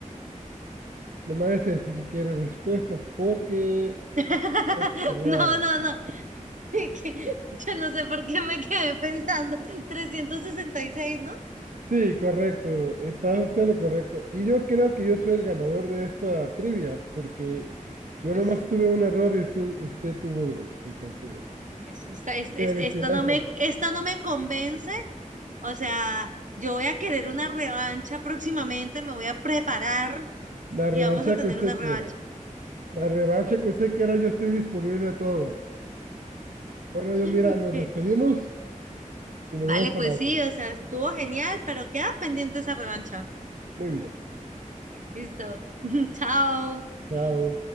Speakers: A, on the right; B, on the right.
A: No me vayas a decir que quiere respuestas porque
B: <laughs>
A: creo que sería...
B: No, no, no. <laughs> que Yo no sé por qué me quedé pensando. trescientos sesenta y seis, ¿no?
A: Sí, correcto. Está usted en lo correcto. Y yo creo que yo soy el ganador de esta trivia porque yo
B: Pues,
A: nomás tuve un error y usted, usted tuvo dos. Entonces,
B: pues, esta- es- es-
A: felicidades
B: esto no me,
A: a mí.
B: esto no me convence O sea, yo voy a querer una revancha próximamente, me voy a preparar
A: La revancha
B: y vamos a tener
A: que usted
B: una revancha.
A: quiera. La revancha que usted quiera, yo estoy disponible a toda hora. Bueno, yo
B: <laughs>
A: mira, nos despedimos y nos
B: Vale,
A: vemos
B: pues
A: para la otra.
B: sí, o sea, estuvo genial, pero queda pendiente esa revancha.
A: Muy bien.
B: Listo. <laughs> Chao.
A: Chao.